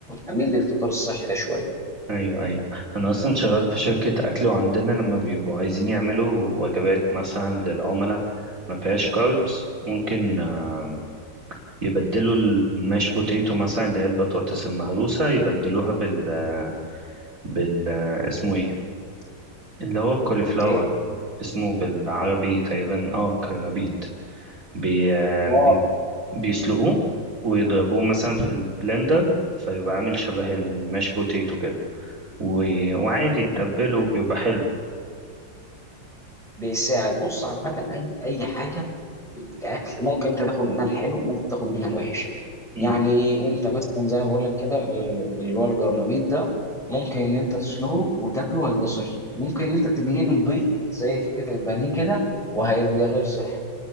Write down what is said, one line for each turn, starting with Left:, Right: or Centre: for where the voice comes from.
Centre: اميل للفطار الصحي ده شويه
Right: ايوه ايوه انا اصلا شغال في شركه اكل وعندنا لما بيبقوا عايزين يعملوا وجبات مثلا للعملاء ما فيهاش كاربس ممكن آه، يبدلوا الماش بوتيتو مثلا اللي هي البطاطس المهروسه يبدلوها بال آه، بال آه، اسمه ايه اللي هو الكوليفلاور
Centre: ايه
Right: اسمه بالعربي تقريبا اه كرنبيط بي... آه،
Centre: اه
Right: بي... بيسلقوه ويضربوه مثلا في البلندر فيبقى عامل شبه الماش بوتيتو كده و... وعادي تتبله بيبقى حلو
Centre: بيساعد بص عامه اي اي حاجه كاكل ممكن انت تاخد منها الحلو ممكن تاخد منها الوحش
Right: امم
Centre: يعني انت مثلا زي ما بقول لك كده اللي هو الجرنبيط ده ممكن ان انت تسلقه وتاكله هيبقى صحي ممكن ان انت تقليه بالبيض زي فكره البانيه كده وهيبقى غير صحي